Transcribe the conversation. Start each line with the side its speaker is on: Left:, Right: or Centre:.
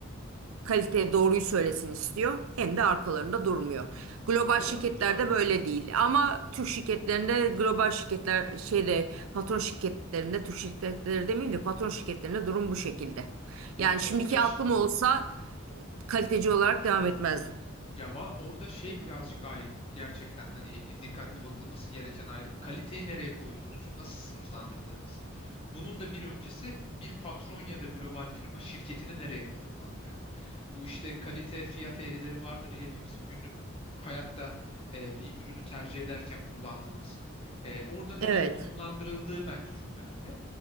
Right: kalite doğruyu söylesin istiyor hem de arkalarında durmuyor. Global
Left: Doğru,
Right: şirketlerde
Left: doğru.
Right: böyle değil. Ama Türk şirketlerinde global şirketler şeyde patron şirketlerinde Türk şirketleri demeyeyim de patron şirketlerinde durum bu şekilde.
Left: Ya
Right: Yani
Left: orada
Right: şimdiki aklım olsa kaliteci olarak devam etmezdim.
Left: Ya va- orada şey birazcık ayrım. Gerçekten hani e, dikkatli bakılması gereken ayrım. Kaliteyi nereye koyduğunuz, nasıl sınıflandırdığınız. Bunun da bir öncesi bir patron ya da global firma şirketini nereye konumlandırıyor? Bu işte kalite fiyat eğrileri vardır ya hepimizin günlük hayatta e, bir ürünü tercih ederken kullandığımız. E, orada nereye
Right: Evet.
Left: konumlandırıldığı bence çok önemli.